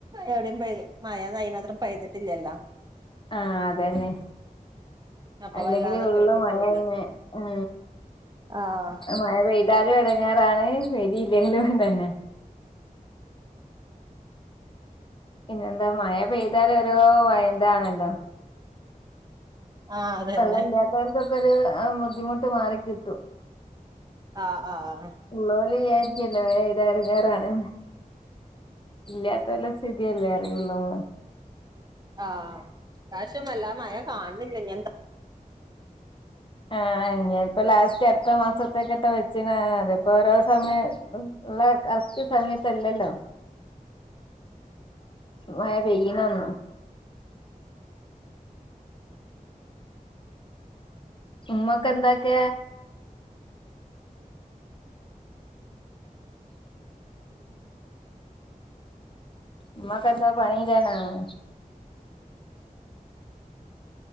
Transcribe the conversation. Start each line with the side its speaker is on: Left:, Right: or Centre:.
Right: എവിടയും മയഅയ്നാ മാത്തരം പെയ്തിട്ടില്ലല്ലോ.
Left: ആഹ്അതന്നെ.
Right: അപ്പൊ
Left: അല്ലെങ്കില്
Right: വല്ലാതെ
Left: ഫുള്
Right: കേട്ടിട്ടുല്ല
Left: മഴന്നെ ഉ
Right: ആഹ്
Left: മഴ പെയ്താലും എടങ്ങാറാണ് പെയ്തില്ലേലും തന്നെ പിന്നെ എന്താ മഴ പെയ്താൽ ഓരോ എന്താണല്ലോ
Right: ആഹ് അതന്നെ
Left: വെള്ളല്ലാത്താർക്കൊക്കെ ഒരു ബുദ്ധിമുട്ട് മാറി കിട്ടും
Right: ആഹ് ആഹ്.
Left: ഉള്ളോര് വിചാരിക്കോല്ലോ മഴപെയ്താ എടങ്ങേറാണ്. ഇല്ലാത്ത ഓല സ്ഥിതിയല്ലേ അറിയുള്ളൂ നമ്മള്
Right: ആഹ് ഇപ്രവശ്യം വല്ലാതെ മഴ കാണില്ല ഇനി ന്താ
Left: ആഹ് നിപ്പ ലാസ്റ്റ് അടുത്ത മാസത്തക്ക ഇട് വെച്ച അതിപ്പോ ഓരോ സമയം. ഉള്ള കറക്ട് സമയത്തല്ലല്ലോ.
Right: അം
Left: മഴ പെയ്യണ ഒന്നും ഉമ്മക്ക് എന്താക്ക ഉമ്മാക്കെന്താ പണിയല്ലാന്നാണോ